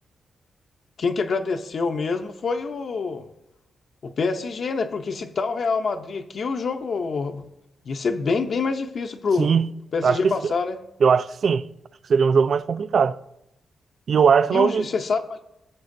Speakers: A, on the left; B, on the right.
A: quem que agradeceu mesmo foi o, o PSG, né? Porque se tá o Real Madrid aqui, o jogo ia ser bem, bem mais difícil pro,
B: Sim,
A: pro PSG
B: acho que
A: passar,
B: sim.
A: né?
B: Eu acho que sim. Acho que seria um jogo mais complicado. E o Arsenal,
A: E o, e
B: me-
A: você sabe,